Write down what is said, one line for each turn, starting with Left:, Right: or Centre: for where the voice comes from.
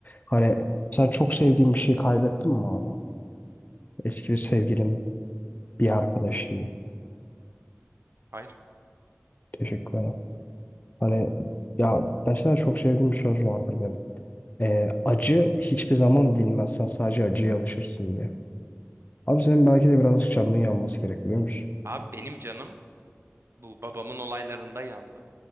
Left: Hani sen çok sevdiğin bir şeyi kaybettin mi abi? Eski bir sevgilin, bir arkadaşın.
Right: Hayır.
Left: Teşekkür ederim. Hani ya mesela çok sevdiğim bir söz vardır benim. Ee, acı hiçbir zaman dinmez. Sen sadece acıya alışırsın diye. Abi senin belki de birazcık canının yanması gerek biliyor musun?
Right: Abi benim canım bu babamın olaylarında yandı.